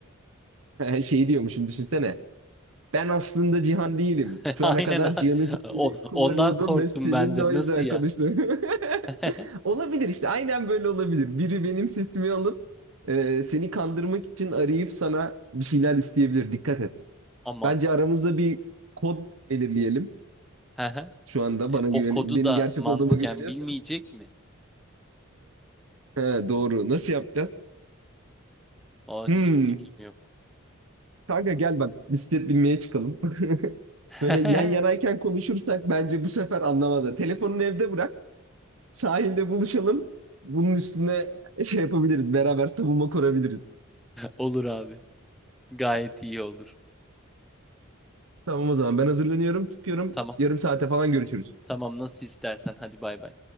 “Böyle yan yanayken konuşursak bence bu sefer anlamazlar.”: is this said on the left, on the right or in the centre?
Right